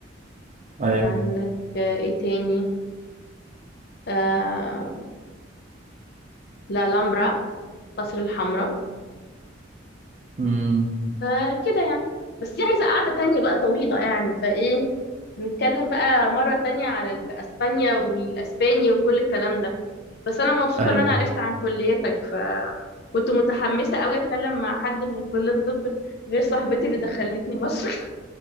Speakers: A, on the right; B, on the left.
A: ايوه
B: عندك آه، إيه تاني آه... لا لامبرا قصر الحمراء
A: امم
B: فكده يعني بس دي عايزة قعدة تانية بقى طويلة يعني فايه نتكلم بقى مرة تانية عن الأسبانيا والأسباني وكل الكلام ده بس أنا مبسوطة
A: ايوه
B: إن أنا عرفت عن كليتك فكنت متحمسة أوي أتكلم مع حد من كلية الطب غير صاحبتي اللي دخلتني مصر